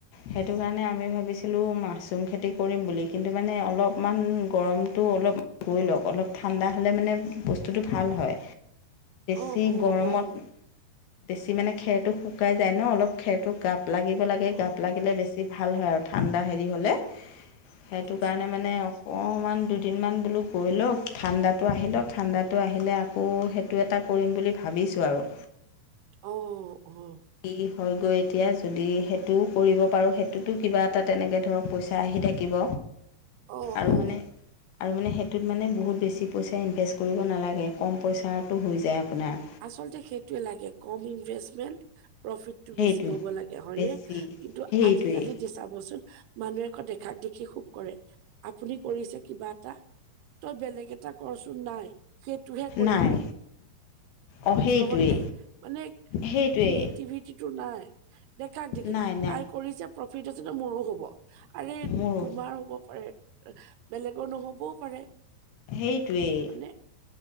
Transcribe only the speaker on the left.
সেইটো কাৰণে আমি ভাবিছিলোঁ মাছৰুম খেতি কৰিম বুলি কিন্তু মানে অলপমান গৰমটো অলপ গৈ লৱক অলপ ঠাণ্ডা হ'লে মানে বস্তুটো ভাল হয়।
যি
গৰমত
বেছি মানে খেৰটো শুকাই যায় ন অলপ খেৰটো গাপ লাগিব
লাগে গাপ
লাগিলে বেছি ভাল হয় আৰু ঠাণ্ডা হেৰী হ'লে। সেইটো
কাৰণে মানে অকমান দুদিনমান বোলো গৈ লৱক ঠাণ্ডাটো আহি লৱক ঠাণ্ডাটো আহিলে আ আকৌ সেইটো এটা কৰিম বুলি ভাবিছোঁ আৰু।
কি হয়গৈ এতিয়া যদি সেইটো কৰিব পাৰোঁ। সেইটোতো কিবা এটা তেনেকে ধৰক পইচা পইচা আহি থাকিব
আৰু
মানে আৰু মানে সেইটোত মানে বহুত বেছি পইচা ইনভেষ্ট কৰিব নালাগে। কম পইচা টো হৈ যায় আপোনাৰ।
সেইটোৱে
বেছি
সেইটোৱেই
নাই অঁ সেইটোৱেই
সেইটোৱেই
নাই নাই
মোৰো
সেইটোৱেই।